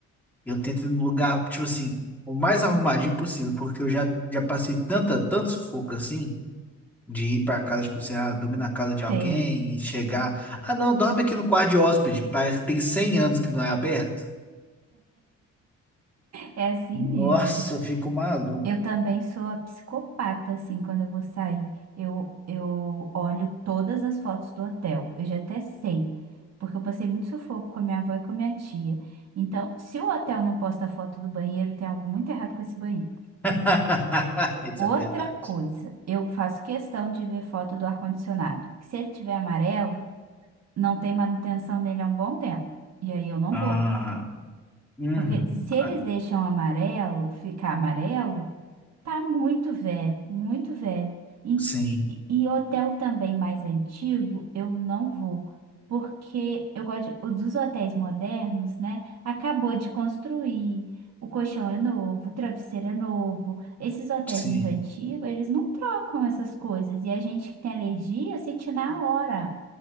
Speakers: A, in the centre; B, on the right (about 60°).
A: eu tento ir num lugar, tipo assim, o mais arrumadinho possível, porque eu já, já passei tanta, tanto sufoco assim De ir para casa, tipo assim, ah, dormir na casa de alguém
B: Tem.
A: e chegar. Ah, não, dorme aqui no quarto de hóspede. Parece que tem cem anos que não é aberto.
B: É assim
A: Nossa,
B: mesmo.
A: eu fico maluco.
B: Eu também sou a psicopata, assim, quando eu vou sair. Eu, eu olho todas as fotos do hotel. Eu já até sei, porque eu passei muito sufoco com a minha avó e com a minha tia. Então, se o hotel não posta foto do banheiro, tem algo muito errado com esse banheiro.
A: <laughs> Isso
B: Outra
A: é verdade.
B: coisa, eu faço questão de ver foto do ar-condicionado. Porque se ele tiver amarelo, não tem manutenção nele há um bom tempo. E aí eu não
A: Ah,
B: vou.
A: uhum.
B: Porque se eles
A: Ah,
B: deixam amarelo ficar amarelo. Tá muito velho, muito velho. E,
A: Sim,
B: e e hotel também mais antigo, eu não vou, porque eu gosto de, os dos hotéis modernos, né? Acabou de construir, o colchão é novo, o travesseiro é novo. Esses hotéis
A: sim.
B: muito antigos, eles não trocam essas coisas. E a gente que tem alergia sente na hora.